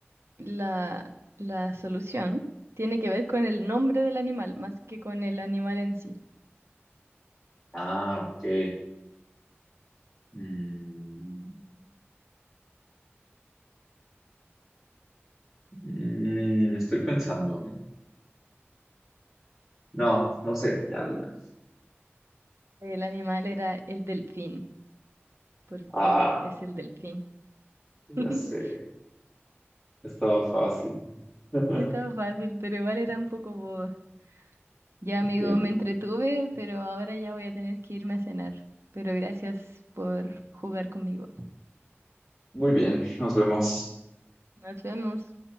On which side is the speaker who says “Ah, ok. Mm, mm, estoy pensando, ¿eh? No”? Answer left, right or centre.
Centre